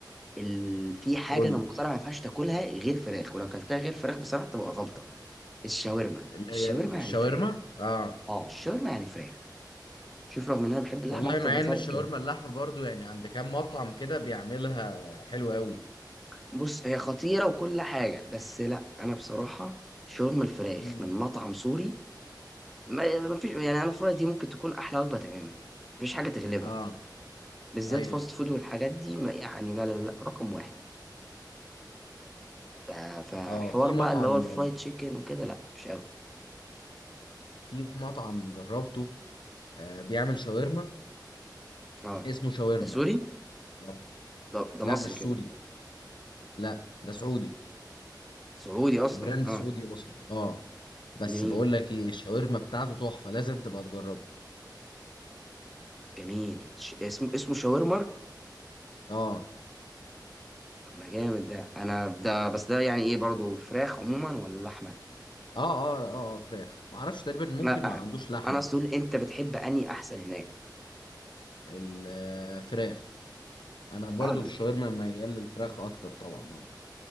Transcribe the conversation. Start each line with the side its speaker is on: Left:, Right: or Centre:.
Centre: ال... في حاجه
Left: قول
Centre: انا مقتنع ما ينفعش تاكلها غير فراخ ولو اكلتها غير فراخ بصراحه تبقى غلطه الشاورما
Left: اللي
Centre: الشاورما
Left: هي الشاورما
Centre: يعني فراخ
Left: اه
Centre: اه الشاورما يعني فراخ شوف رغم ان انا بحب اللحمه
Left: والله
Centre: اكتر
Left: مع
Centre: بفرق
Left: ان الشاورما
Centre: كام
Left: اللحمه برضو يعني عند كام مطعم كده بيعملها حلو قوي
Centre: بص هي خطيره وكل حاجه بس لا انا بصراحه شاورما الفراخ
Left: مم.
Centre: من مطعم سوري ما, ما فيش يعني انا في رأيي دي ممكن تكون احلى وجبه تماما مفيش حاجه تغلبها
Left: اه
Centre: بالذات
Left: ايوه
Centre: فاست فود والحاجات دي ما يعني لا لا لا رقم واحد ف... فحوار
Left: اه في
Centre: بقى
Left: مطعم
Centre: اللي هو الفرايد تشيكن وكده لا مش قوي
Left: في مطعم جربته آه بيعمل شاورما
Centre: اه
Left: اسمه شاورمر
Centre: ده سوري
Left: لو
Centre: ده ده
Left: لا
Centre: مصري
Left: مش
Centre: كده
Left: سوري لا ده سعودي
Centre: سعودي اصلا
Left: براند
Centre: اه
Left: سعودي اصلا اه بس
Centre: جميل
Left: بقول لك ايه الشاورما بتاعته تحفه لازم تبقى تجربها
Centre: جميل ش... اسمه اسمه شاورما
Left: اه
Centre: طب ما جامد ده انا ده بس ده يعني ايه برضه فراخ عموما ولا لحمه
Left: اه اه اه, آه فراخ ما اعرفش تقريبا ممكن
Centre: لا
Left: ما عندوش لحمه
Centre: انا اصل
Left: اصلا
Centre: أقول انت بتحب اني احسن هناك
Left: الفراخ انا برضو
Centre: اه ال-
Left: في الشاورما ميال للفراخ اكتر طبعا اه